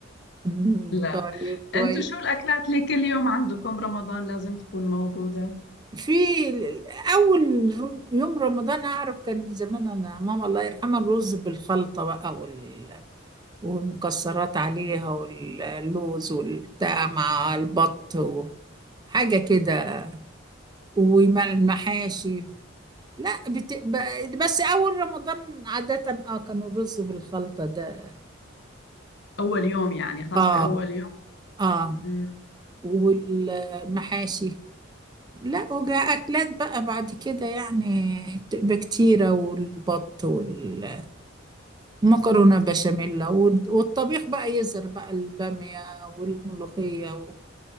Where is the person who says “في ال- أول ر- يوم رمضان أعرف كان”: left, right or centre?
Right